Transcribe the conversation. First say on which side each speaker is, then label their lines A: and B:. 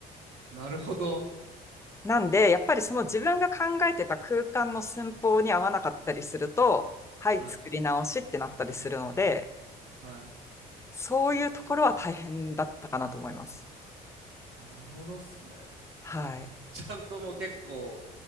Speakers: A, on the right; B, on the left.
A: なるほど
B: なんで、やっぱりその自分が考えてた空間の寸法に合わなかったりすると、
A: うん
B: はい、
A: はい
B: 作り直しってなったりするので、
A: はい。
B: そういうところは大変だったかなと思います。
A: なるほどっすね。
B: はい。
A: ちゃんともう結構、